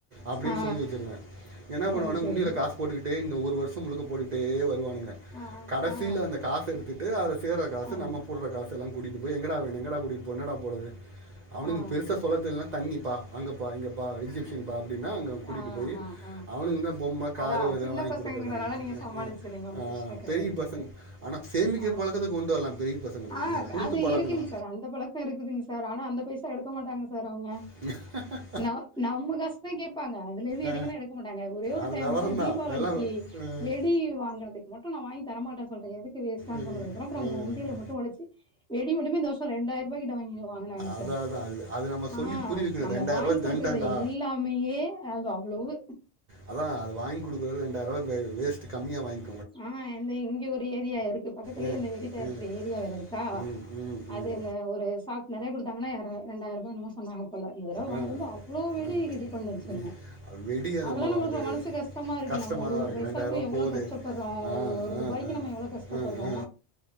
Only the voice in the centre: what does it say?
ஆ
அது சரி
ஆ
ஆ
ஆ ஆ
ஆ
ஆ
ஆ ஆ
அதா
சின்ன
பசங்கங்கிறனால
நீங்க
சமாளிச்சிறீங்க
ஒன்னு
பிரச்சன கெடையாது
ஆ
ஆ
அது
இருக்குங்க சார் அந்த பழக்க இருக்குதுங்க சார் ஆனா அந்த பைசா எடுக்க மாட்டாங்க சார் அவுங்க
ந நம்ம காஷ்தா கேப்பாங்க அதுல இருந்து
எடுங்கனா எடுக்க மாட்டாங்க ஒரே ஒரு
டைம்
மட்டு தீபாவளிக்கு
வெடி வாங்கறதுக் மட்டு நா வாங்கி தரமாட்டசொல்ட எதுக்கு வேஸ்டானு
சொன்னதுக்கப்புற
உண்டியில மட்டும் ஒடச்சி வெடி மட்டுமே இந்தவருஷ ரெண்டாயிர ரூபாய்கிட்ட வாங் வாங்கினாங்க
சார்
அ
நம்ம
வாங்கி குடுக்கறது
இல்லாமையே அது அவ்ளவு
ஆ எந்த இங்க ஒரு ஏரியா இருக்கு பக்கத்திலயே
அந்த வெடி தயாரிக்கிற
ஏரியா வேற இருக்கா
அது
இந்த ஒரு சாக்நெறைய கொடுத்தாங்கனா ரெண்டாயிர ரூபா என்னுமோ சொன்னாங்க போல இந்த தடவ வாங்கிட்டு
வந்து அவ்ளோ
வெடி இது பண்ணுச்சுங்க
அதெல்லா
நம்மளுக்கு
மனசு கஷ்டமா இருக்கு
நம்ம ஒரு
ஒரு
பைசாவுக்கு
எவ்ளோ
கஷ்டப் ப்பறோ
ஒரு
ரூபாய்க்கு
நம்ம எவ்ளோ கஷ்டப்படுறோ